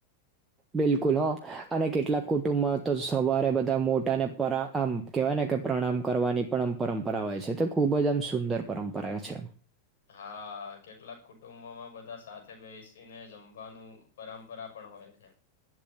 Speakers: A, on the right; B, on the left.
A: બિલકુલ હ અને કેટલાક કુટુંબમાં તો સવારે બધા મોટાને પરા આમ કેવાય ને કે પ્રણામ કરવાની પણ અમ પરંપરા હોય છે તે ખુબ જ આમ સુંદર પરંપરા છે.
B: હા કેટલાક કુટુંબો માં બધા સાથે બેસીને જમવાનું પરંપરા પણ હોય છે.